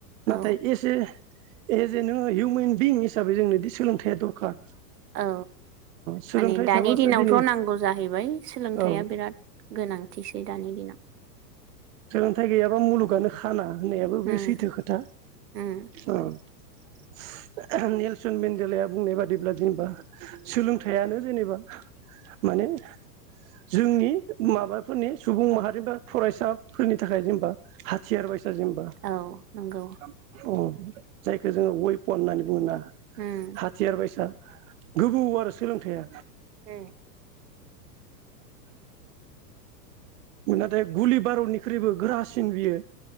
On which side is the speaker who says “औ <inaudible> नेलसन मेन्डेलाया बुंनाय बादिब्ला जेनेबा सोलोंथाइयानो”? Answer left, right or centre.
Right